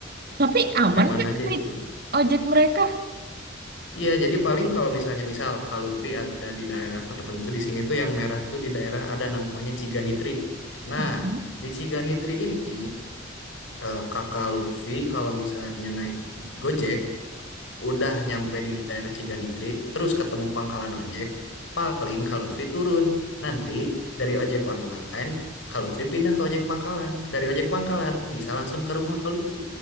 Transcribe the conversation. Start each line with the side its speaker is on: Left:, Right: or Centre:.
Right: tapi aman
Left: Preman
Right: nggak
Left: aja
Right: naik
Left: itu.
Right: ojek mereka
Left: Iya, jadi paling kalau misalnya misal Kak Lutfi ada di daerah tertentu di sini tuh yang merah tuh di daerah ada namanya Ciganitri. Nah,
Right: Mm-mm.
Left: di Ciganitri ini eh, Kakak Lutfi kalau misalnya naik Gojek udah nyampe di daerah Ciganitri, terus ketemu pangkalan ojek, paling Kak Lutfi turun. Nanti dari ojek online Kak Lutfi pindah ke ojek pangkalan. Dari ojek pangkalan bisa langsung ke rumah Kak Lutfi.